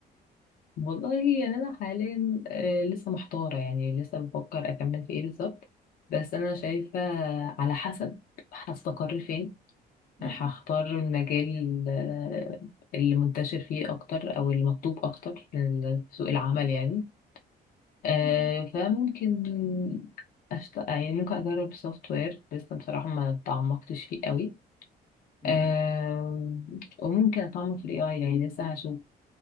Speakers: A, on the left (about 55°); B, in the centre.
A: والله يعني انا حاليا آه لسه محتارة يعني لسه بفكر اكمل في ايه بالظبط بس انا شايفة على حسب هستقر فين
B: م-م.
A: هختار المجال ال- اللي منتشر فيه أكتر أو اللي مطلوب أكتر في سوق العمل يعني آه،
B: م-م.
A: فممكن أشت... يعني ممكن أجرب سوفت وير لسه بصراحة ما تعمقتش فيه قوي
B: م-م.
A: آه، وممكن أتعمق في ال AI يعني لسه هشوف